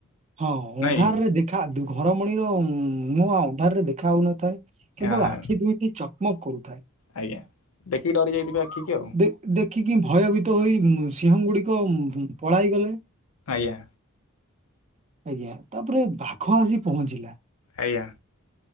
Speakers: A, on the right; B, on the left.
A: ହଁ
B: ନାଇଁ
A: ଅନ୍ଧାରରେ ଦେଖା ଘରମଣିର ମୁହଁ ଅନ୍ଧାରରେ ଦେଖା ହଉନଥାଏ।
B: କି
A: କେବଳ
B: ହଁ
A: ଆଖି ଦୁଇଟି ଚକମକ କରୁଥାଏ।
B: ଆଜ୍ଞା ଦେଖିକି ଡରି ଯାଇଥିବେ ଆଖିକି ଆଉ
A: ଦେ ଦେଖିକି ଭୟଭୀତ ହୋଇ ଉଁ, ସିଂହ ଗୁଡିକ ଉଁ, ପଳାଇ ଗଲେ।
B: ଆଜ୍ଞା।
A: ଆଜ୍ଞା, ତାପରେ ବା ଘ ଆସି ପହଞ୍ଚିଲା।
B: ଆଜ୍ଞା